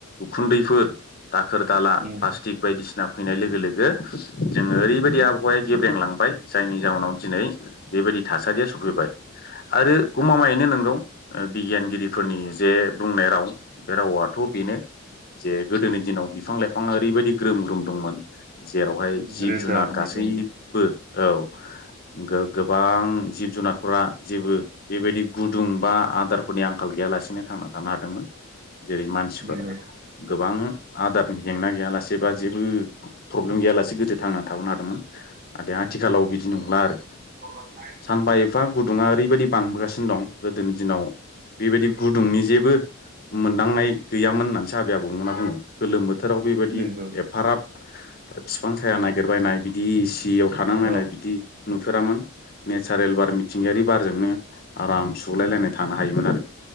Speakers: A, on the left; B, on the right.
A: उखुन्दैफोर दाखोर दाला
B: उम
A: प्लास्टिक बायदिसिना। फैनाय लोगो लोगो जोंङो ओरैबायदि आबहावाया गेब्रेंलांबाय जायनि जाउनाव दिनै बेबायदि। थासारिया सफैबाय आरो गमामायैनो नंगौ बिगियानगिरिफोरनि जे। बुंनाय राव बे रावथ' बेनो। जे गोदोनि दिनाव बिफां लाइफांआ ओरैबायदि ग्रोम ग्रोम दंमोन जेरावहाय जिब
B: रोजा
A: जुनार
B: होननाय
A: गासै।
B: दंमोन
A: गैबो औ <unintelligible> गो गोबां जिब जुनारफोरा जेबो बेबायदि गुदुं बा आदार फोरनि आंखाल गैयालासिनो थांना थानो हादोंमोन जेरै मानसिफोरा
B: नंगौ
A: गोबां आदार। जेंना गैयालासेबा जेबो। प्रब्लेम गैयालासे गोदो थांनानै थाबोनो हादोंमोन नाथाय आथिखालाव बिदि नंला आरो।
B: <inaudible>
A: सानबा एफा गुदुंङा ओरैबायदि बांबोगासिनो दं गोदोनि दिनाव बेबायदि गुदुंनि बो मोनदांनाय गैयामोन होननानैसो आबै आबौमोनहा बुङो। गोलोम बोथोराव बेबायदि
B: नंगौ
A: एफाराब बिफां साया नागिरबायनाय बिदि दैयाव थानांनायलाय
B: औ
A: बिदि नुफेरामोन नेचारेल बार मिथिंगायारि बारजोंनो आराम सुलायलायनाय थानो हायोमोन आरो